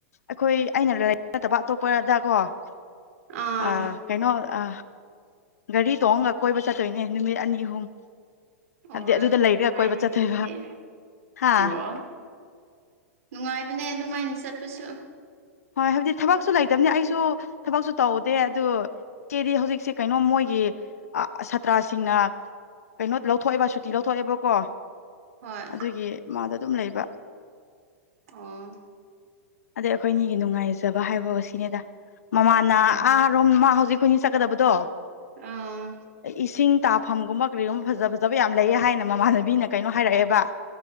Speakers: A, on the left (about 80°); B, on the right (about 70°).
A: ꯑꯩꯈꯣꯏ ꯑꯩꯅ ꯂꯥꯏꯛ ꯅꯠꯇꯕ ꯑꯇꯣꯞꯄꯗꯀꯣ ꯑ
B: ꯑꯥ
A: ꯀꯩꯅꯣ ꯑ ꯒꯥꯔꯤ ꯇꯣꯡꯑꯒ ꯀꯣꯏꯕ ꯆꯠꯇꯣꯏꯅꯦ ꯅꯨꯃꯤꯠ ꯑꯅꯤ ꯑꯍꯨꯝ
B: ꯑꯣ
A: ꯍꯥꯏꯕꯗꯤ ꯑꯗꯨꯗ ꯂꯩꯔꯒ
B: ꯅꯨꯡꯉꯥꯏꯅꯦ
A: ꯀꯣꯏꯕ ꯆꯠꯇꯣꯏꯕ
B: ꯑꯗꯨꯗꯤ
A: ꯍꯥ
B: ꯣ ꯅꯨꯡꯉꯥꯏꯕꯅꯦ ꯑꯗꯨꯃꯥꯏꯅ ꯆꯠꯄꯁꯨ
A: ꯍꯣꯏ ꯍꯥꯏꯕꯗꯤ ꯊꯕꯛꯁꯨ ꯂꯩꯇꯕꯅꯤ ꯑꯩꯁꯨ ꯊꯕꯛꯁꯨ ꯇꯧꯗꯦ ꯑꯗꯨ ꯏ ꯆꯦꯗꯤ ꯍꯧꯖꯤꯛꯁꯦ ꯀꯩꯅꯣꯝ ꯃꯣꯏ ꯑꯩ ꯁꯥꯇ꯭ꯔꯥꯁꯤꯡꯅ ꯀꯩꯅꯣ ꯂꯧꯊꯣꯛꯑꯦꯕ ꯁꯨꯇꯤ ꯂꯧꯊꯣꯛꯑꯦꯕꯀꯣ
B: ꯍꯣꯏ
A: ꯑꯗꯨꯒꯤ ꯃꯥꯗ ꯑꯗꯨꯝ ꯂꯩꯕ
B: ꯑꯣ
A: ꯑꯗꯩ ꯑꯩꯈꯣꯏꯅꯤꯒꯤ ꯅꯨꯡꯉꯥꯏꯖꯕ ꯍꯥꯏꯕ ꯑꯁꯤꯅꯦꯗ ꯃꯃꯥꯅ
B: ꯎꯝ
A: ꯑꯥꯔꯣꯝ ꯃꯥ ꯍꯧꯖꯤꯛ ꯑꯩꯈꯏꯅꯤ ꯆꯠꯀꯗꯕꯗꯣ
B: ꯑꯥ
A: ꯏꯁꯤꯡ ꯇꯥꯐꯝꯒꯨꯝꯕ ꯀꯔꯤꯒꯨꯝꯕ ꯐꯖ ꯐꯖꯕ ꯌꯥꯝ ꯂꯩꯑꯦ ꯍꯥꯏꯅ ꯃꯃꯥꯟꯅꯕꯤꯅ ꯀꯩꯅꯣ ꯍꯥꯏꯔꯛꯑꯦꯕ